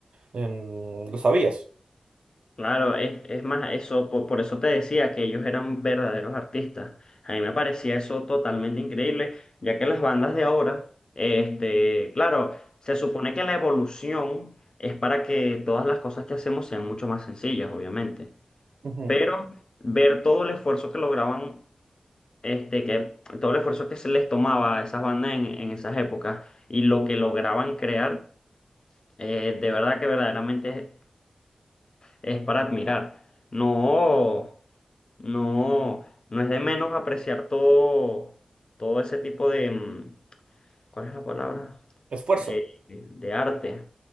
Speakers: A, on the right; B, on the left.
A: Em, ¿lo sabías?
B: Claro, es, es más, eso, por, por eso te decía que ellos eran verdaderos artistas. A mí me parecía eso totalmente increíble, ya que las bandas de ahora, este, claro, se supone que la evolución es para que todas las cosas que hacemos sean mucho más sencillas, obviamente.
A: Ujú.
B: Pero ver todo el esfuerzo que lograban, este, que todo el esfuerzo que se les tomaba a esas bandas en, en esas épocas y lo que lograban crear. Eh, de verdad que verdaderamente es, es para admirar. No, no, no es de menos apreciar todo, todo ese tipo de, mm, ¿cuál es la palabra?
A: Esfuerzo,
B: De, de arte.